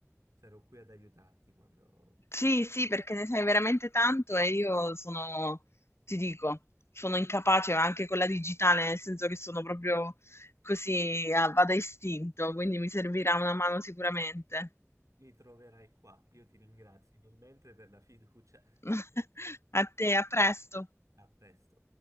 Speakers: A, on the right; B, on the left.
A: sarò qui ad aiutarti quando
B: Sì, sì, perché ne sai veramente tanto e io sono, ti dico, sono incapace anche con la digitale, nel senso che sono proprio così, a- vado a istinto, quindi mi servirà una mano sicuramente.
A: mi troverai qua. Io ti ringrazio nel mentre per la fiducia.
B: <laughs>
A: <laughs>
B: A te, a presto.
A: A presto.